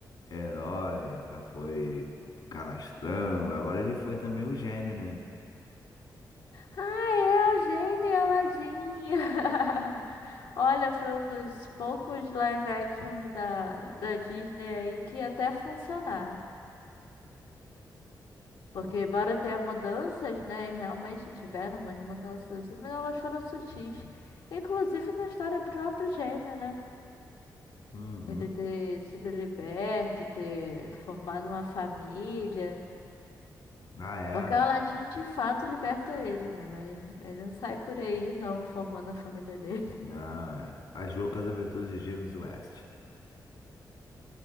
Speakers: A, on the left; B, on the left.
A: herói, já foi canastrão. Agora ele foi também o gênio, né?
B: Ah, é a Eugênia Ladinha. <laughs> Olha, foi um dos poucos live actions da, da Disney aí que até funcionaram. Porque embora tenha mudanças, né? E realmente tiveram umas mudanças assim, mas elas foram sutis. Inclusive na história do próprio Gênio, né?
A: Uhum.
B: Ele ter sido liberto, ter formado uma família.
A: Ah, é.
B: Porque o Aladdin de fato liberta ele, né? Mas ele não sai por aí não formando a família dele.
A: Não, é. As Loucas Aventuras de James West.